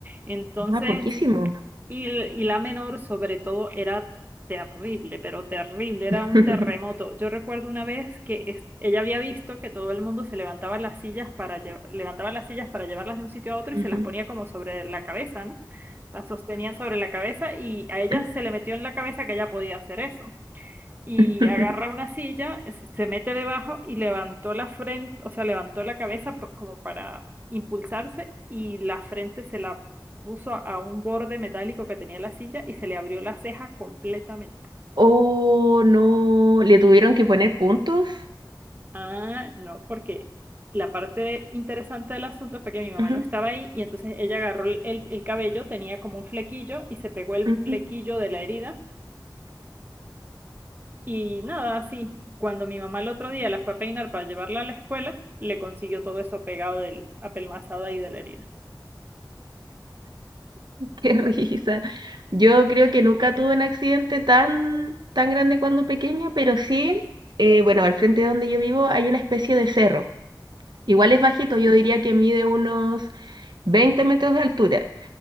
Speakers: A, on the right; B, on the right.
A: Entonces,
B: Ah, poquísimo.
A: y, y la menor, sobre todo, era terrible, pero terrible, era
B: <laughs>
A: un terremoto. Yo recuerdo una vez que es- ella había visto que todo el mundo se levantaba las sillas para lle- levantaba las sillas para llevarlas de un sitio a otro
B: Ujú,
A: y se las ponía como sobre la cabeza, ¿no? Las sostenían sobre la cabeza y a ella
B: <laughs>
A: se le metió en la cabeza que ella podía hacer eso y
B: ujú,
A: agarra una silla, es- se mete debajo y levantó la frente, o sea, levantó la cabeza po- como para impulsarse y la frente se la puso a, a un borde metálico que tenía la silla y se le abrió la ceja completamente.
B: Oh, no, le tuvieron que poner puntos.
A: Ah, no, porque la parte interesante del asunto fue que mi mamá
B: Ujú,
A: no estaba ahí y entonces ella agarró el, el el cabello, tenía como un flequillo y se pegó el
B: ujú,
A: flequillo de la herida Y nada, así, cuando mi mamá el otro día la fue a peinar para llevarla a la escuela, le consiguió todo eso pegado del apelmazado ahí de la herida.
B: <laughs> Qué risa. Yo creo que nunca tuve un accidente tan, tan grande cuando pequeña, pero sí, eh, bueno, al frente de donde yo vivo hay una especie de cerro. Igual
A: ¿sí?
B: es bajito, yo diría que mide unos 20 metros de altura.